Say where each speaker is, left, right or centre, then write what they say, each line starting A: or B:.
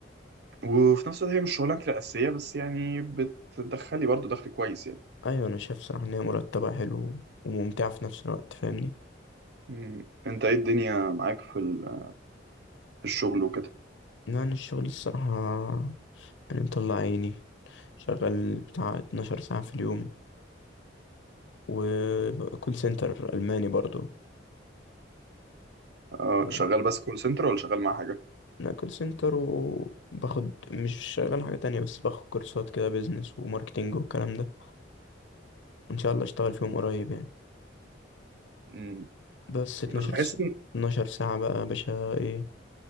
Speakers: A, on the right; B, on the left.
A: وفي نفس الوقت هي مش شغلانتي الاساسيه بس يعني بتدخلي برضو دخل كويس يعني
B: ايوه انا شايف صراحة ان هي مرتبة حلو وممتعة في نفس الوقت فاهمني
A: مم. انت ايه الدنيا معاك في ال- في الشغل وكده
B: لا أنا الشغل الصراحة يعني مطلع عيني شغال بتاع 12 ساعة في اليوم وكول سنتر ألماني برضو
A: اه،
B: ف-
A: شغال بس كول سنتر ولا شغال مع حاجه
B: أنا كول سنتر وباخد مش شغال حاجة تانية بس باخد كورسات كده بيزنس وماركتينج والكلام ده وإن شاء الله أشتغل فيهم قريب يعني
A: مم.
B: بس 12
A: بس بحس
B: س... 12 ساعة بقى يا باشا إيه